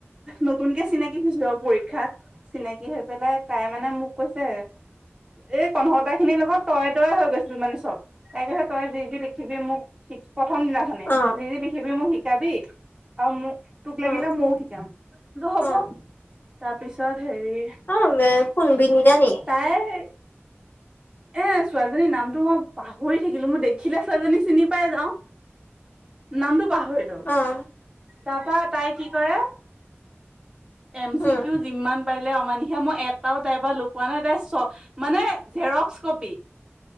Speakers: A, on the right; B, on the left.
A: নতুনকে চিনাকি হৈছিলো আৰু পৰীক্ষাত। চিনাকি হৈ পেলাই তাই মানে মোক কৈছে। এই কন্ধটা খিনিৰ লগত তয়ে তয়ে হৈ গৈছিলো মানে চব। তাই কৈছে তই যি যি লিখিবি মোক প্ৰথম দিনাখনি
B: অ',
A: যি যি লিখিবি মোক শিকাবি। আৰু মোক তোক
B: অ',
A: লাগিলে ময়ও শিকাম হ'ব
B: অ',
A: তাৰপিছত হেৰি
B: অ' বে কোন বিনীতা নি।
A: তাই হে। এ ছোৱালীজনীৰ নামটো মই পাহৰি থাকিলো মই দেখিলে ছোৱালীজনী চিনি পাই যাওঁ। নামটো পাহৰিলোঁ।
B: অ',
A: তাৰ পৰা তাই কি কৰে এম
B: উম,
A: চি কিও যিমান পাৰিলে অমানিশা মই এটাও তাইৰ পৰা লুকোৱা নাই তাইৰ চ মানে জেৰক্স কপি।